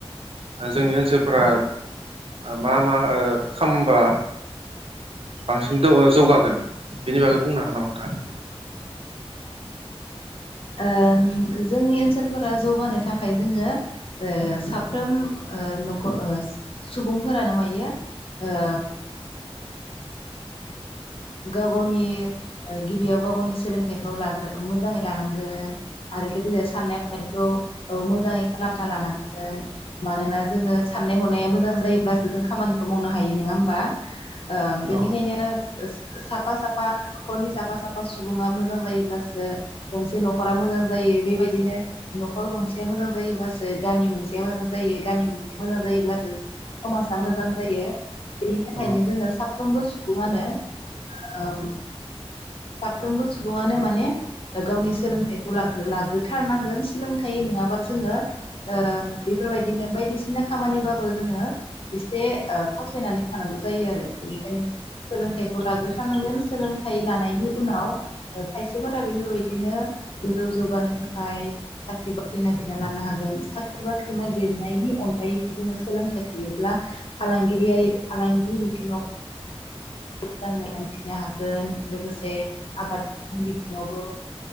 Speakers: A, on the right; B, on the left.
A: जोंनि ओनसोलफोरा मा मा ओ खालामबा बांसिन जौगागोन बेनि बागै बुंनो हागोन नामा नोंथाङा?
B: ओम जोंनि ओनसोलफोरा जौगानो थाखाय जोङो साफ्रोम ओ नखर ओ सुबुंफोरानो मायो ओ गाव गावनि गिबियाव गाव गावनि सोलोंथाइखौ लाग्रो मोजाङै लानांगोन आरो लोगोसे साननाय हनायखौ मोजाङै खालामना लानांगोन मानोना जोङो साननाय हनाया मोजां जायोब्लासो जों खामानिखौ मावनो हायो नङा होमबा ओ बेनिखायनो
A: औ
B: साफा साफा न'खरनि साफा साफा सुबुङा मोजां जायोब्लासो गंसे न'खरा मोजां जायो बेबायदिनो न'खर गंसेया मोजां जायोब्लासो गामि मोनसेया मोजां जायो गामि मोनसेया मोजां जायोब्लासो समाजा मोजां जायो बेनि थाखायनो
A: उम
B: जोङो साफ्रोमबो सुबुङानो ओम साफ्रोमबो सुबुङानो माने गावनि सोलोंथाइखौ लाग्रो- लाग्रोथारनांगोन सोलोंथाइ नङाबा जोङो ओ बेफोरबायदिनो बायदिसिना खामानिबाबो जोङो एसे फावसायनानै थानांगौ जायो आरो बेनिखायनो सोलोंथाइ लागोसारनांगोन सोलोंथाइ लानायनि उनाव खायसेफोरा बेफोरबायदिनो गोजौ जौगानो थाखाय साख्रि बाख्रि नागिरना लानो हागोन साख्रि बाख्रि नागिरनायनि अनगायैबो जोङो सोलोंथाइ थायोब्ला फालांगिरियारि फालांगि बिथिङाव मोजाङै हान्थिनो हागोन लोगोसे आबादनि बिथिङावबो